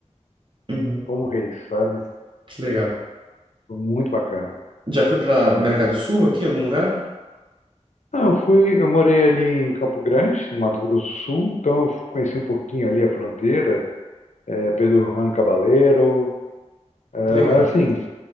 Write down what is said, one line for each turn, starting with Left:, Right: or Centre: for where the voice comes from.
Right: Uhum.
Left: como reis, sabe?
Right: Que legal.
Left: Foi muito bacana.
Right: Já foi pra América do Sul aqui, em algum lugar?
Left: Ah, eu fui, eu morei ali em Campo Grande, no Mato Grosso do Sul, então eu conheci um pouquinho ali a fronteira, eh, Pedro Juan Cabaleiro, eh,
Right: Legal.
Left: mas assim,